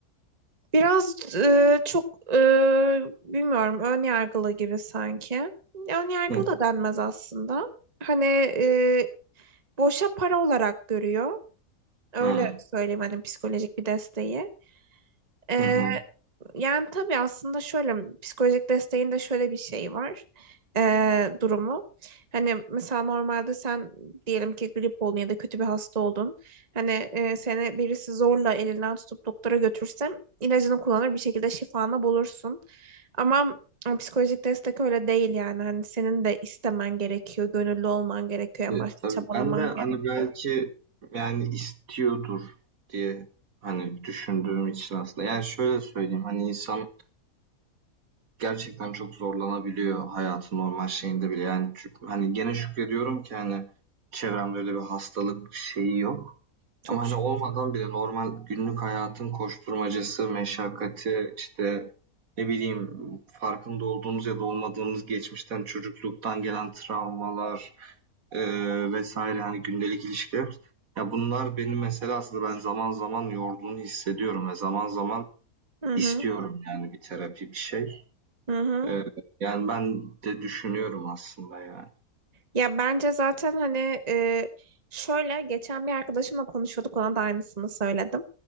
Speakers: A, on the right (about 30°); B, on the right (about 70°).
A: biraz e, çok e, bilmiyorum ön yargılı gibi sanki ön yargılı
B: Hı.
A: da denmez aslında hani e, boşa para olarak görüyor Öyle
B: Hı.
A: söyleyeyim hani psikolojik bir desteği. Ee,
B: Hı hı.
A: yani tabii aslında şöyle psikolojik desteğin de şöyle bir şey var ee, durumu. Hani mesela normalde sen diyelim ki grip oldun ya da kötü bir hasta oldun. Hani e, seni birisi zorla elinden tutup doktora götürsem ilacını kullanır bir şekilde şifanı bulursun. Ama e, psikolojik destek öyle değil yani. Hani senin de istemen gerekiyor, gönüllü olman gerekiyor, en
B: E,
A: başta
B: tabii
A: çabalaman
B: ben de
A: gerekiyor.
B: hani belki yani istiyordur diye hani düşündüğüm için aslında. Yani şöyle söyleyeyim hani insan Gerçekten çok zorlanabiliyor hayatın normal şeyinde bile. Yani çü hani gene şükrediyorum ki hani çevremde öyle bir hastalık şeyi yok.
A: Çok
B: Ama hani
A: şükür.
B: olmadan bile normal günlük hayatın koşturmacası, meşakkati, işte ne bileyim farkında olduğumuz ya da olmadığımız geçmişten, çocukluktan gelen travmalar, eee, vs. hani gündelik ilişkiler. Ya bunlar beni mesela aslında ben zaman zaman yorduğunu hissediyorum ve zaman zaman
A: Hı hı.
B: istiyorum yani bir terapi, bir şey.
A: Hı hı.
B: Eee, yani ben de düşünüyorum aslında yani.
A: Ya bence zaten hani e, şöyle geçen bir arkadaşımla konuşuyorduk ona da aynısını söyledim.